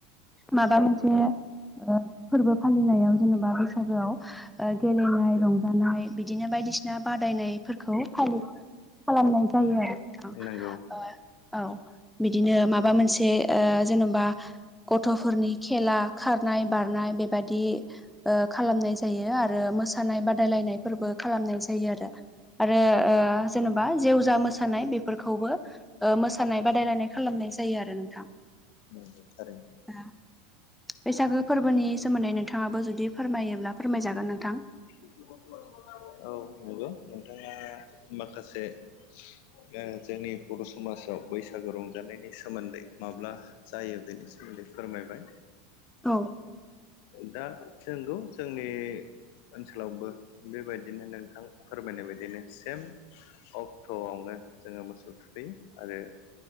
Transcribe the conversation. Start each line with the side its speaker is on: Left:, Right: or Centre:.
Centre: माबा मोनसे ओ फोरबो फालिनायाव जेनेबा बैसागोआव ओ गेलेनाय रंजानाय बि दिनो बायदिसिना बादायनाय फोरखौ फालि <unintelligible> खालामनाय जायो आरो नोंथां
Left: नंगौ
Centre: ओ औ बिदिनो माबा मोनसे ओ जेनबा गथ'फोरनि खेला खारनाय बारनाय बेबादि ओ खालामनाय जायो आरो मोसानाय बादायलायनायफोरबो खालामनाय जायो आरो आरो ओ जेनेबा जेवजा मोसानाय बेफोरखौबो ओ मोसानाय बादायलायनाय खालामनाय जायो आरो नोंथां
Left: <unintelligible> थारैनो
Centre: <unintelligible> बैसागो फोरबोनि सोमोन्दै नोंथाङाबो जुदि फोरमायोब्ला फोरमायजागोन नोंथां
Left: <unintelligible> औ नोंगो नोंथाङा माखासे <unintelligible> ओ जोंनि बर' समाजाव बैसागो रंजानायनि सोमोन्दै माब्ला जायो बेनि सोमोन्दै फोरमायबाय
Centre: औ
Left: दा नोंगौ जोंनि ओनसोलावबो बेबायदिनो नोंथां फोरमायनाय बायदिनो सेम अक्ट'आवनो जोङो मोसौ थुखैयो आरो